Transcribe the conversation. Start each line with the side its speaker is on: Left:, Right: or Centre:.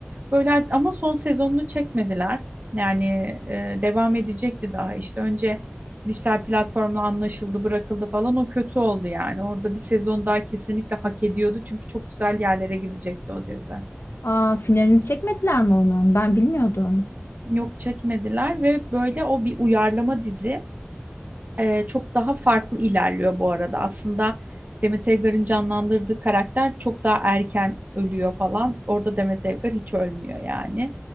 Right: Böyle ama son sezonunu çekmediler. Yani e, devam edecekti daha. İşte önce dijital platformla anlaşıldı, bırakıldı falan. O kötü oldu yani. Orada bir sezon daha kesinlikle hak ediyordu. Çünkü çok güzel yerlere gidecekti o dizi.
Left: Aa, finalini çekmediler mi onun? Ben bilmiyordum.
Right: Yok çekmediler ve böyle o bir uyarlama dizi. e, çok daha farklı ilerliyor bu arada. Aslında Demet Evgar'ın canlandırdığı karakter çok daha erken ölüyor falan. Orada Demet Evgar hiç ölmüyor yani